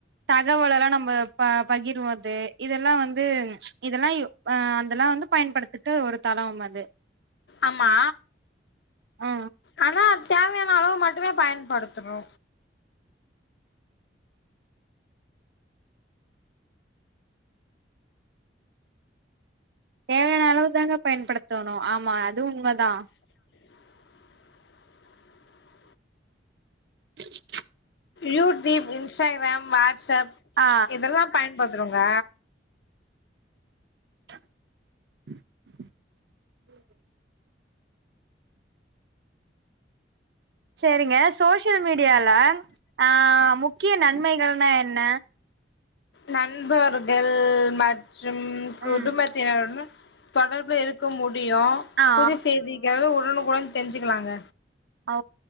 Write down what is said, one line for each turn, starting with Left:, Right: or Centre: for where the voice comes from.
Right: தகவலெல்லா நம்ம ப பகிர்வது இதெல்லா வந்து இதெல்லா ஆ அதெல்லா வந்து பயன்படுத்துக்கு ஒரு தளம் அது
Left: ஆமா
Right: ஆ
Left: ஆனா தேவ அளவு மட்டுமே பயன்படுத்துனு
Right: தேவையான அளவு தாங்க பயன்படுத்தணு ஆமா அது உண்மதா
Left: உ <inaudible>
Right: <inaudible>
Left: யூடியூப் இன்ஸ்டாகிராம் வாட்ஸ்அப்
Right: ஆ
Left: இதெல்லா பயன்படுத்துருங்க
Right: ம் சேரிங்க சோஷியல் மீடியால ஆ முக்கிய நன்மைகள்னா என்ன
Left: நண்பர்கள் மற்றும் குடும்பத்தினருடன்
Right: ம்
Left: தொடர்புல இருக்க முடியு
Right: ஆ
Left: புது செய்தி எது உடனுக்குடன் தெரிஞ்சுக்கலாங்க
Right: ஓ